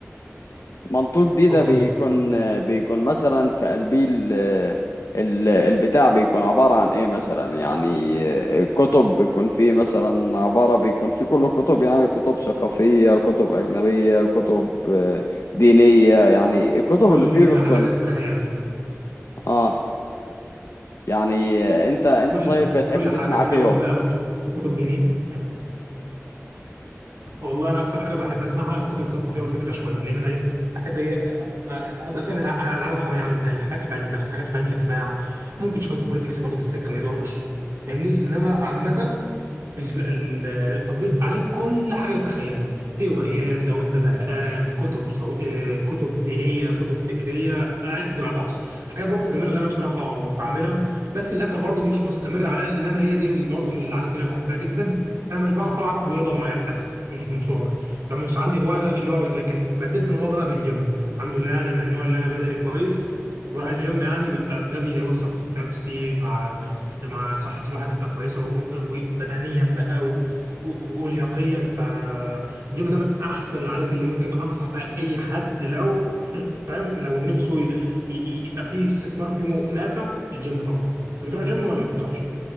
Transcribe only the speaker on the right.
اتفضل
اتفضل
كل
حاجه تتخيلها
كل
كل حاجه
من
اول بقى كتب كتب دينيه والله انا اكتر حاجه بحب اسمعها الكتب الثقافيه والفكره شويه لان انا ايه بحب ايه آه، آه، ابقى فاهم الع- العالم حواليا عامل ازاي حاجات في علم النفس حاجات في علم الاجتماع ممكن شويه بوليتكس برضه في السكه ما يضرش فاهمني انما عامه ال- ال- التطبيق عليه كل حاجه تتخيل روايات لو انت زهقان كتب صو... آه، كتب دينيه كتب فكريه عد ولا تحصى حاجات برضو جميله اللي انا بصراحه بعملها بس للاسف برضو مش مستمر عليها انما هي دي من برضو من العادات اللي انا بحبها جدا انا مش بعرف العب رياضه معينه للاسف مش من صغري فمش عندي هوايه اللي هو الرياضة. لكن بدلت الموضوع ده بقى بالجيم الحمد لله انا من النوع اللي انا بدني كويس وبروح الجيم يعني بيبقى ده بيزود ثقتي في نفسي مع مع صحة الواحد تبقى كويسة و- و- وبدنيا بقى و- و- ولياقيا فالجيم ده من أحسن العادات اللي ممكن أنصح بها أي حد لو <laughs> فاهم لو نفسه ي- ي- يبقى فيه استثمار في يومه نافع الجيم طبعا أنت بتروح جيم ولا ما بتروحش؟